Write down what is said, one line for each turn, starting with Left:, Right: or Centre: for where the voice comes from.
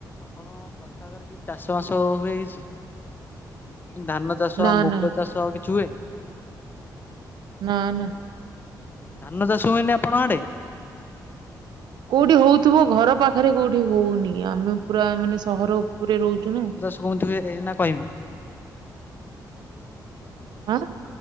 Left: ଆପଣ କଟକ କି ଚାଷ ବାସ ହୁଏ କିଛି ଧାନ ଚାଷ
Right: ନା
Left: ମୁଗ
Right: ନା
Left: ଚାଷ ଆଉ କିଛି ହୁଏ?
Right: ନା ନା।
Left: ଧାନ ଚାଷ ହୁଏନି ଆପଣ ଆଡେ?
Right: କୋଉଠି ହଉଥିବ ଘର ପାଖରେ କୋଉଠି ହଉନି। ଆମେ ପୁରା ମାନେ ସହର ଉପରେ ରହୁଚୁ ନା।
Left: କୁହନ୍ତୁ ଏଇନା କହିମି।
Right: କଣ?